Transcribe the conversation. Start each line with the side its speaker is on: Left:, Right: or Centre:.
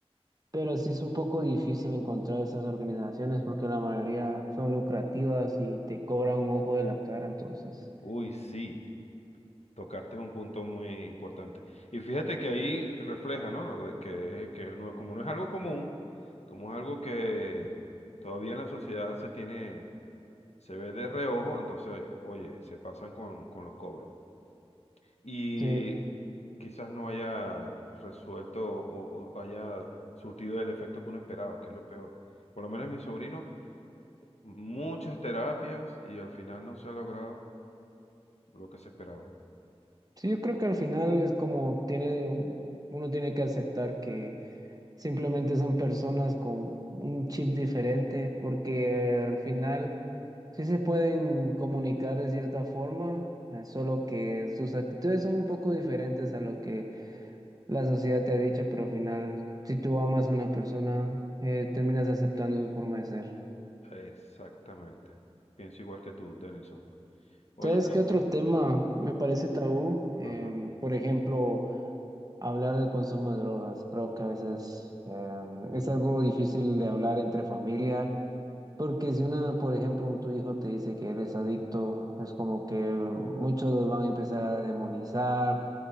Right: Pero sí es un poco difícil encontrar esas organizaciones porque la mayoría son lucrativas y te cobran un ojo de la cara, entonces.
Left: Uy, sí, tocaste un punto muy importante. Y fíjate que ahí refleja, ¿no? Lo de que, que no, como no es algo común, como es algo que todavía en la sociedad se tiene, se ve de reojo, entonces, oye, se pasan con, con los cobros. y
Right: Sí,
Left: quizás no haya resuelto o, o haya surtido el efecto que uno esperaba, que es lo peor. Por lo menos en mi sobrino, muchas terapias y al final no se ha logrado lo que se esperaba.
Right: sí, yo creo que al final es como tiene, uno tiene que aceptar que simplemente son personas con un chip diferente, porque al final sí se pueden comunicar de cierta forma, eh, solo que sus actitudes son un poco diferentes a lo que La sociedad te ha dicho, pero al final, si tú amas a una persona, eh, terminas aceptando su forma de ser.
Left: Exactamente. Pienso igual que tú, Denison. Oye,
Right: ¿Sabes
Left: amigo.
Right: qué otro tema me parece tabú? Em,
Left: Ajá.
Right: por ejemplo, hablar del consumo de drogas. Creo que a veces em, es algo difícil de hablar entre familia. Porque si una, por ejemplo, un tu hijo te dice que eres adicto, es como que muchos los van a empezar a demonizar.